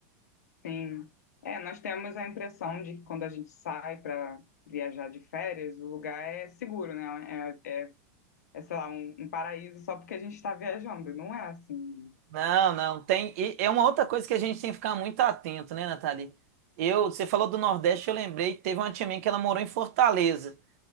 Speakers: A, on the left (about 80°); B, on the right (about 65°).
A: Sim. É, nós temos a impressão de que quando a gente sai para viajar de férias, o lugar é seguro, né? É, é, é, sei lá, um, um paraíso só porque a gente está viajando. Não é assim.
B: Não, não, tem. E é uma outra coisa que a gente tem que ficar muito atento, né, Nathalie? Eu, você falou do Nordeste, eu lembrei, teve uma tia minha que ela morou em Fortaleza.